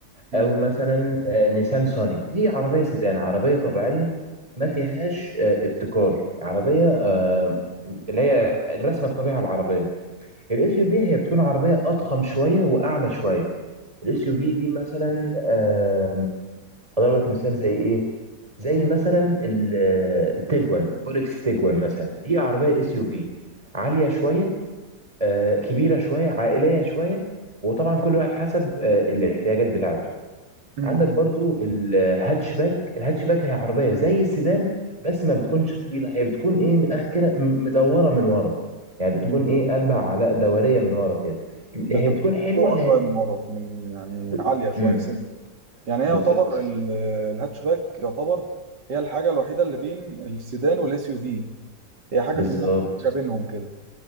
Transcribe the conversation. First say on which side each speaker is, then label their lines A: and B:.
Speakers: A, on the right; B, on the right.
A: مم.
B: أو مثلا آه، نيسان صاني دي عربية سيدان عربية طبيعية ما فيهاش آه، ابتكار عربية آه، اللي هي الرسمة الطبيعة العربية الاس يو في هي بتكون عربية أضخم شوية وأعلى شوية الاس يو في دي مثلا آم، أضرب لك مثال زي إيه زي مثلا ال- التيجوان فولكس تيجوان مثلا دي عربيه اس يو في عاليه شويه آه، كبيره شويه عائليه شويه وطبعا كل واحد حسب آه، الاحتياجات بتاعته
A: مم.
B: عندك برضو الهاتشباك الهاتشباك هي عربيه زي السيدان بس ما بتكونش طويله هي بتكون ايه من الاخر كده م- مدوره من ورا يعني بتكون
A: مم.
B: ايه قلبها على دوريه من ورا كده هي
A: بتبقى
B: بتكون حلوه
A: مرفوعة شوية
B: هي...
A: من ورا من يعني
B: ب...
A: عالية شوية
B: مم،
A: سنت يعني هي
B: بالظبط
A: يعتبر ال- الهاتشباك يعتبر هي الحاجة الوحيدة اللي بين السيدان والاس يو في هي حاجة
B: بالظبط
A: في النص حاجة بينهم كده